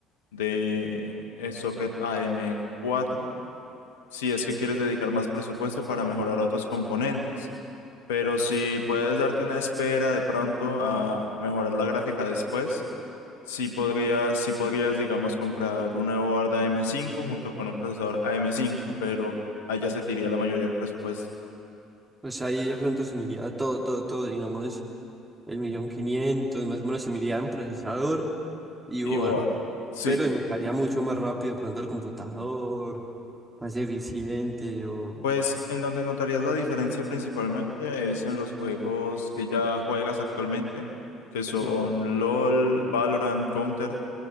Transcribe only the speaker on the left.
de eh, socket am cuatro si es que quieres dedicar más presupuesto para mejorar otros componentes. Pero si puedes darte una espera de pronto a mejorar la gráfica después, sí podrías, sí podrías, digamos, comprar una board am cinco junto con un procesador am cinco pero allá se te iría la mayoría del presupuesto.
Y
board, sí.
Pues en donde notarías la diferencia principalmente es en los juegos que ya juegas actualmente, que son
LOL, Valorant, Counter,